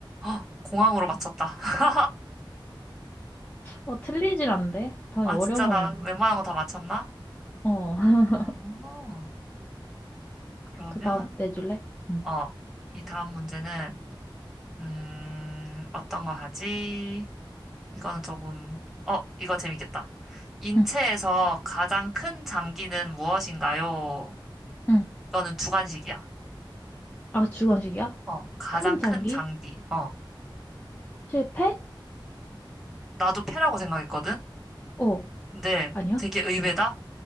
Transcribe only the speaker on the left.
어, 틀리질 않는데? 다음에
어려운
거
내야겠는데.
어, <laughs>
그 다음 내줄래? 응,
응,
응.
아, 주관식이야?
큰 장기?
실패?
어,
아니야?